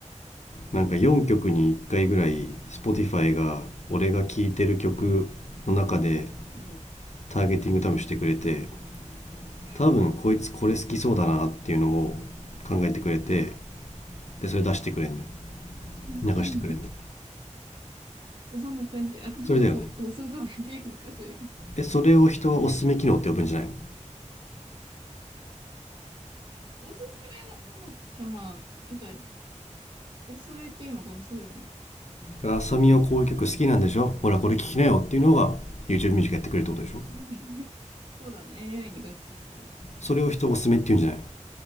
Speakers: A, on the left; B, on the right.
A: なんか4曲に1回ぐらい Spotify が俺が聴いてる曲の中で
B: うん。
A: ターゲティング多分してくれて
B: うん。
A: 多分こいつこれ好きそうだなっていうのを考えてくれて
B: うん。うん。
A: でそれ出してくれんのよ
B: <laughs>
A: 流してくれんのよ
B: そんな感じ。あの、
A: それだよね
B: そう、おすすめっていうのか、そういうの。
A: えそれを人はおすすめ機能って呼ぶんじゃないの
B: おすすめなのかななんか、おすすめっていうのがそういうの。
A: だから浅見はこういう曲好きなんでしょほらこれ聴きなよっていうのが
B: そうか。<laughs>
A: YouTube ミュージックやってくれるってことでしょ
B: うんそうだね。AI に学習された。
A: それを人おすすめって言うんじゃないの